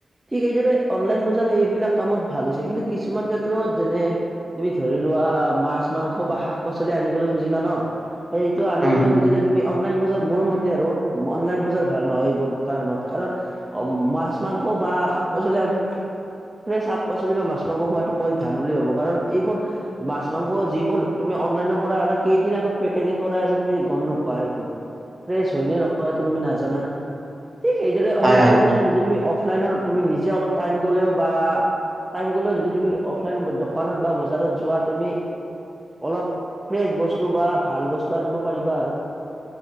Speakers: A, on the right; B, on the right.
A: ঠিক এইদৰে অনলাইন বজাৰ সেইবিলাক কামত ভাল হৈছে, কিন্তু কিছুমান ক্ষেত্ৰত যেনে তুমি ধৰি লোৱা মাছ মাংস বা শাক পাচলি আনিবলৈ খুজিলা ন সেইটো আনিবলৈ
B: উম
A: খুজিলে তুমি অনলাইন বজাৰ মোৰ মতে আৰু অনলাইন বজাৰ ভাল নহয় এইবোৰ কাৰণত, কাৰণ মাছ মাংস বা শাক পাচলি আমি ফ্ৰেছ শাক পাচলি বা মাছ মাছ মাংস খোৱাটো মই ভাল বুলি ভাবো কাৰণ এইবোৰ মাছ মাংস যিবোৰ তুমি অনলাইনৰ পৰা অনা কেইদিনা পেকেজিং কৰা আছে তুমি গম নোপোৱা এইটো, ফ্ৰেছ হয় নে নহয় এইটো তুমি নাজানা। ঠিক সেইদৰে
B: হয়
A: সেইবোৰ
B: হয়
A: বস্তু যদি অফলাইনত তুমি নিজে অলপ টাইম কলেও বা টাইম যদি তুমি অফলাইন দোকানত বা বজাৰত যোৱা তুমি অলপ ফ্ৰেচ বস্তু বা ভাল বস্তু আনিব পাৰিবা আৰু।